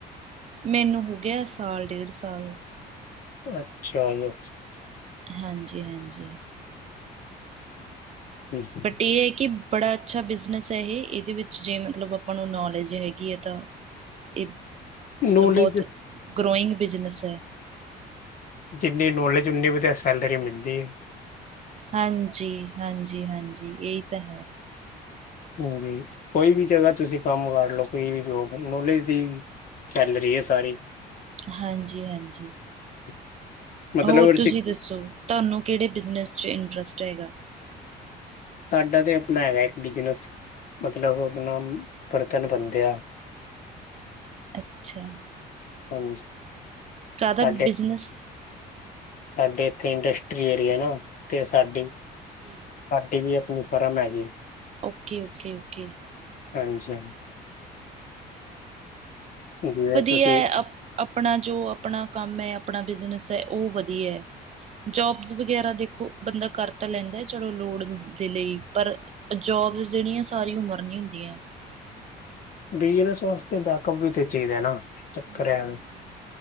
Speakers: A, on the right; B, on the left.
A: ਮੈਨੂੰ ਹੋ ਗਿਆ, ਸਾਲ ਡੇਢ ਸਾਲ।
B: ਅੱਛਾ ਯ <inaudible>
A: ਹਾਂਜੀ ਹਾਂਜੀ।
B: ਹੂੰ <unintelligible>
A: ਬਟ ਏ ਐ ਕਿ, ਬੜਾ ਅੱਛਾ ਬਿਜ਼ਨਸ ਐ ਇਹ, ਇਹਦੇ ਵਿੱਚ ਜੇ ਮਤਲਬ ਆਪਾਂ ਨੂੰ ਨੌਲੇਜ ਹੈਗੀ ਹੈ ਤਾਂ ਇਹ ਮਤਲਬ
B: ਨੋਲੀਜ
A: ਬਹੁਤ
B: ਲਈ-
A: ਗਰੋਇੰਗ ਬਿਜਨਸ
B: <inaudible>
A: ਹੈ
B: ਜਿੰਨੀ ਨੌਲੇਜ, ਉਨੀ ਵਧੀਆ ਸੈਲਰੀ ਮਿਲਦੀ ਐ।
A: ਹਾਂਜੀ, ਹਾਂਜੀ, ਹਾਂਜੀ ਇਹੀ ਤਾਂ ਹੈ।
B: ਹਾਂਜੀ, ਕੋਈ ਵੀ ਜਗ੍ਹਾ ਤੁਸੀਂ ਕੰਮ ਕਰ ਲਓ ਕੋਈ ਵੀ ਜੋਬ, ਨੌਲੇਜ ਦੀ ਸੈਲਰੀ ਹੈ ਸਾਰੀ
A: ਹਾਂਜੀ ਹਾਂਜੀ।
B: <unintelligible>
A: ਹੋਰ
B: ਉਹਦੇ
A: ਤੁਸੀਂ
B: ਚ
A: ਦੱਸੋ, ਤਾਨੂੰ ਕਿਹੜੇ ਬਿਜਨਸ ਚ ਇੰਟਰਸਟ ਹੈਗਾ?
B: ਸਾਡਾ ਬੀ ਅਪਣਾ ਹੈਗਾ ਇੱਕ ਬਿਜਨਸ, ਮਤਲਬ ਆਪਣਾ, ਬਰਤਨ ਬੰਦੇ ਆ। <unintelligible>
A: ਅੱਛਾ।
B: ਹਾਂਜੀ,
A: ਜ਼ਿਆਦਾ
B: ਸਾਡੇ
A: ਬਿਜ਼ਨਸ
B: ਸਾਡੇ ਇੱਥੇ ਇੰਡਸਟਰੀ ਏਰੀਏ ਨਾ, ਤੇ ਸਾਡੀ
A: ਕੀ
B: ਇਹ ਵੀ ਆਪ ਨੂੰ ਫਰਮ ਹੈ ਜੀ। <unintelligible>
A: Okay, okay, okay.
B: ਹਾਂਜੀ, ਹਾਂਜੀ। ਜਿਵੇਂ
A: ਵਧੀਆ
B: ਤੁਸੀਂ
A: ਆਪਣਾ ਜੋ, ਆਪਣਾ ਕੰਮ ਐ, ਆਪਣਾ ਬਿਜ਼ਨਸ ਐ ਉਹ ਵਧੀਆ ਐ। ਜੋਬਜ ਵਗੈਰਾ ਦੇਖੋ ਬੰਦਾ ਕਰ ਤਾਂ ਲੈਂਦੈ, ਚਲੋ ਲੋੜ ਦੇ ਲਈ, ਪਰ ਜੋਬਸ ਜਿਹੜੀਆਂ ਸਾਰੀ ਉਮਰ ਨੀ ਹੁੰਦੀਆਂ।
B: ਬਿਜਨਸ ਵਾਸਤੇ ਬੈਕਅਪ ਵੀ ਤੇ ਚਿਇਦੈ ਨਾ। ਚੱਕਰ
A: ਹਮ।
B: ਹੈ